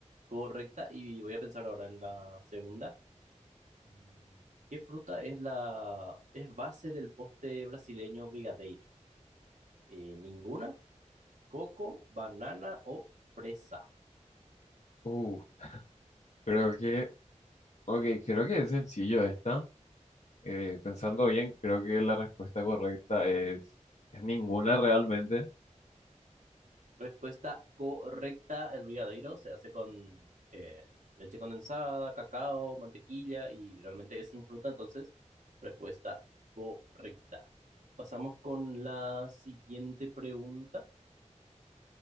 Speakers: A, on the right; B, on the left.
A: correcta. Y voy a pensar ahora en la segunda. Mm, ¿Qué fruta es la es base del postre brasileño brigadeiro? Eh, ¿ninguna? ¿Coco, banana o fresa?
B: Uh, creo que, ok, creo que es sencillo esta. Eh, pensando bien, creo que la respuesta correcta es, es ninguna realmente.
A: Respuesta correcta, el brigadeiro se hace con eh, leche condensada, cacao, mantequilla y realmente es sin fruta, entonces respuesta correcta. Pasamos con la siguiente pregunta.